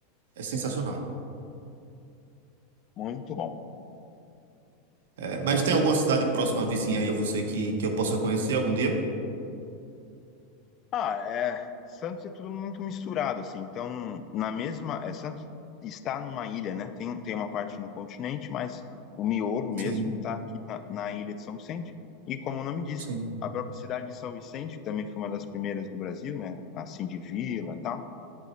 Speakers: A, on the right; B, on the left.
A: é sensacional.
B: Muito bom.
A: É, mas tem alguma cidade próxima, vizinha aí a você que, que eu possa conhecer algum dia?
B: Ah, é. Santos é tudo muito misturado, assim. Então, na mesma. É, Santos está numa ilha, né? Tem, tem uma parte no continente, mas o miolo mesmo
A: Sim,
B: está aqui na, na ilha de São Vicente. E como o nome diz,
A: sim,
B: a própria cidade de São Vicente, que também foi uma das primeiras do Brasil, né? Assim, de vila e tal,